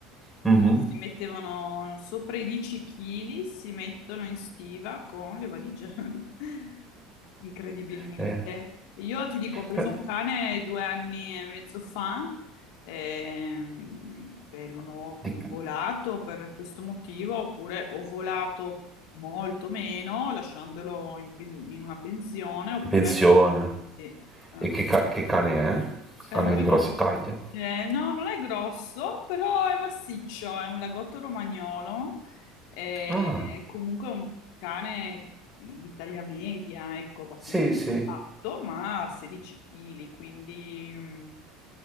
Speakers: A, in the centre; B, on the left.
A: Mhm.
B: No, no, si mettevano sopra i 10 kg, si mettono in stiva con le valigie, <laughs> incredibilmente.
A: Eh,
B: Io ti dico, ho preso
A: Beh,
B: un cane due anni e mezzo fa ehm, e non ho più
A: di-
B: volato per questo motivo, oppure ho volato molto meno lasciandolo in, pen- in una pensione, oppure
A: Pensione.
B: sì, eh,
A: E che, ca- che cane è?
B: è
A: Cane
B: un lagotto.
A: di grossa taglia.
B: eh, no, non è grosso, però è massiccio, è un lagotto romagnolo. È
A: Ah,
B: comunque un cane di taglia media, ecco, abbastanza
A: sì, sì.
B: compatto, ma a 16 kg, quindi mm,